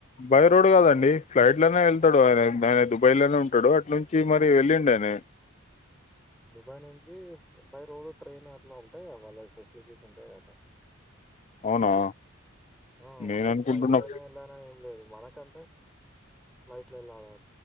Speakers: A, on the left; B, in the centre.
A: బై రోడ్ కాదండి ఫ్లైట్ లోనే వెళ్తాడు ఆయన ఆయన దుబాయ్ లోనే ఉంటాడు అట్ నుంచి మరి వెళ్ళిండా తనే
B: దుబాయ్ నుంచి బై రోడ్ ట్రైన్ అట్లా ఉంటాయా వాళ్ళ ఫెసిలిటీస్ ఉంటాయి అట
A: అవునా
B: ఆ
A: నేను
B: వాళ్ళకి
A: అనుకుంటున్నా
B: ఫ్లైట్ అయినా వెళ్ళన, ఏం లేదు మనకంటే. ఫ్లైట్లో వేళల